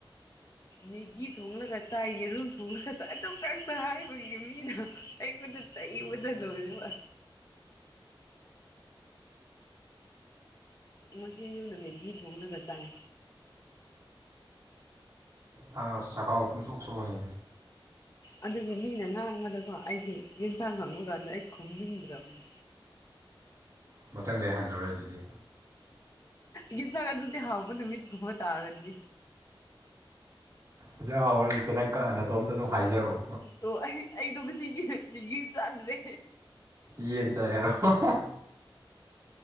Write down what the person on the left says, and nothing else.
ꯃꯦꯒꯤ ꯊꯣꯡꯂꯒ ꯆꯥꯏ ꯌꯦꯔꯨꯝ ꯊꯣꯡꯂꯒ ꯆꯥꯏ ꯑꯗꯨ ꯈꯇ ꯍꯥꯏꯕꯒꯤ ꯃꯤꯅ ꯑꯩꯉꯣꯟꯗ ꯆꯩꯕꯗ ꯂꫭꯏꯔ‌ꯦ ꯕꯥ ꯉꯁꯤ ꯌꯨꯝꯗ ꯃꯦꯒꯤ ꯊꯣꯡꯂꯒ ꯆꯥꯏ
ꯑꯗꯨꯒꯤ ꯃꯤꯅ ꯉꯥꯡꯕꯗꯀꯣ ꯑꯩꯖꯦ ꯌꯦꯟꯁꯥꯡ ꯍꯪꯕ ꯀꯥꯟꯗ ꯑꯩ ꯈꯨꯝꯅꯤꯡꯗ꯭ꯔꯕꯅꯤ
ꯌꯦꯟꯁꯥꯡ ꯑꯗꯨꯗꯤ ꯍꯥꯎꯕ ꯅꯨꯃꯤꯠ ꯀꯨꯝꯕ ꯇꯥꯔꯗꯤ
ꯇꯣ ꯑꯩ ꯑꯩꯗꯣ ꯉꯁꯤꯒꯤ ꯃꯦꯒꯤ ꯆꯥꯗ꯭ꯔꯤ